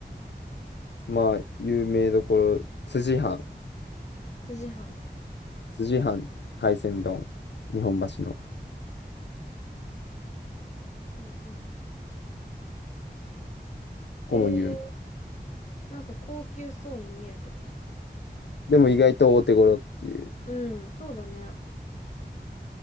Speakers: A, on the left; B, on the left.
A: まあ、有名どころ、辻藩。
B: 辻飯
A: 辻藩海鮮丼。日本橋の。こ
B: 辻飯
A: こも有名。
B: へえなんか高級そうに見えるけどね。
A: でも意外と大手頃っていう。
B: うん、そうだね。